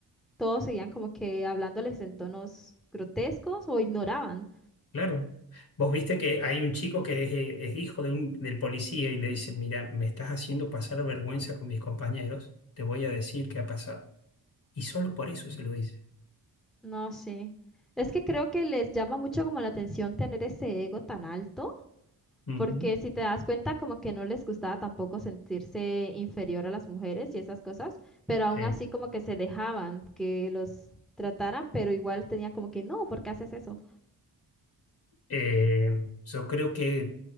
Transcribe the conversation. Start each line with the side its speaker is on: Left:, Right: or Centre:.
Centre: todos seguían como que hablándoles en tonos grotescos o ignoraban.
Left: Claro. Vos viste que hay un chico que es, eh, es hijo de un, del policía y le dice, mira, me estás haciendo pasar vergüenza con mis compañeros, te voy a decir qué ha pasado. Y solo por eso se lo dice.
Centre: No sí, Es que creo que les llama mucho como la atención tener ese ego tan alto
Left: Ujú.
Centre: Porque si te das cuenta, como que no les gustaba tampoco sentirse inferior a las mujeres y esas cosas, pero aún
Left: Sí.
Centre: así como que se dejaban que los trataran, pero igual tenían como que, no, ¿por qué haces eso?
Left: Eh, yo creo que